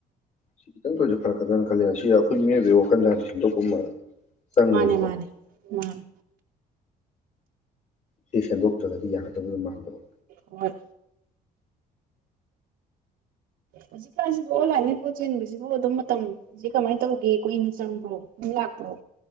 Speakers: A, on the left (about 45°); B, on the right (about 75°).
A: ꯁꯤ ꯈꯤꯇꯪ ꯄ꯭ꯔꯁꯛ ꯐꯔꯛꯀꯗ꯭ꯔꯥꯅ ꯈꯜꯂꯦ ꯑꯁꯤ ꯑꯩꯈꯣꯏ ꯃꯤꯑꯣꯏꯕꯒꯤ ꯋꯥꯈꯜꯖꯥꯟ ꯁꯦꯝꯗꯣꯛꯀꯨꯝꯕ ꯆꯪꯉꯦꯕꯀꯣ
B: ꯃꯥꯅꯦ ꯃꯥꯅꯦ ꯃꯥꯅꯦ
A: ꯁꯤꯁ ꯑꯗꯨꯣ ꯗꯤ ꯄꯖ ꯃꯥꯟꯗꯕ
B: ꯍꯣꯏ ꯍꯧꯖꯤꯛꯀꯥꯟꯁꯤꯕꯨ ꯑꯣꯟꯂꯥꯏꯟꯗꯒꯤꯩ ꯄꯨꯣ ꯆꯟꯕꯁꯤꯕꯨ ꯑꯗꯨꯝ ꯃꯇꯝꯁ ꯀꯃꯥꯏꯅ ꯇꯧꯒꯦ ꯀꯨꯏꯅ ꯆꯪꯕ꯭ꯔꯣ ꯂꯥꯛꯄ꯭ꯔꯣ